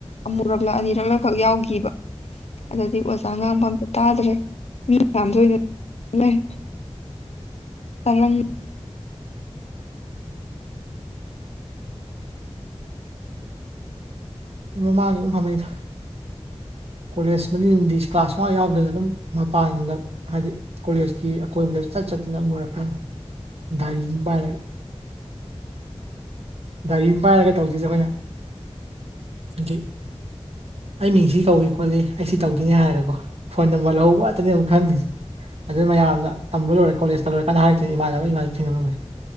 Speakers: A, on the left; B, on the right.
A: ꯑꯃꯨꯔꯛꯂ ꯑꯅꯤꯔꯛꯂ ꯈꯛ ꯌꯥꯎꯈꯤꯕ ꯑꯗꯨꯗꯗꯤ ꯑꯣꯖꯥ ꯉꯥꯡꯕ ꯑꯝꯇ ꯇꯥꯗ꯭ꯔꯦ ꯃꯤ ꯃꯌꯥꯝ ꯂꯅꯅꯩ ꯄꯂꯝ
B: ꯃꯃꯥꯡꯒꯤ ꯏ ꯐꯥꯃꯩꯗ ꯀꯣꯂꯦꯖ ꯑꯃꯗꯤ ꯏꯪꯗꯤꯁ ꯀ꯭ꯂꯥꯁ ꯃꯉ ꯌꯥꯎꯗꯅ ꯑꯗꯨꯝ ꯃꯄꯥꯟꯗ ꯍꯥꯏꯗꯤ ꯀꯣꯂꯦꯖꯀꯤ ꯑꯀꯣꯏꯕꯗ ꯆꯠ ꯆꯠꯇꯅ ꯂꯔꯛꯀ ꯗꯥꯔꯤꯎꯝꯕꯔꯒ ꯗꯥꯏꯔꯤ ꯑꯃ ꯄꯥꯏꯔꯒ ꯇꯧꯗꯣꯏꯁꯦ ꯑꯩꯈꯣꯏꯅ ꯍꯥꯏꯗꯤ ꯑꯩ ꯃꯤꯡꯁꯤ ꯀꯧꯏ ꯈꯣꯠꯂꯤ ꯑꯩ ꯁꯤ ꯇꯧꯗꯣꯏꯅꯦ ꯍꯥꯏꯔꯀꯣ ꯐꯣꯟ ꯅꯝꯕꯔ ꯂꯍꯧꯕꯇꯅꯦ ꯑꯃꯨꯛ ꯈꯪꯉꯁꯤꯦ ꯑꯗꯨ ꯃꯌꯥꯝꯅ ꯇꯝꯕ ꯂꯣꯏꯔꯦ ꯀꯣꯂꯦꯖꯀ ꯂꯣꯏꯔ ꯀꯥꯟꯅ ꯍꯥꯏꯔꯛꯇꯅ ꯏꯃꯥꯟꯅꯕ ꯏꯃꯥꯟꯅꯕꯅ ꯊꯦꯡꯅꯕ ꯉꯝꯃꯦ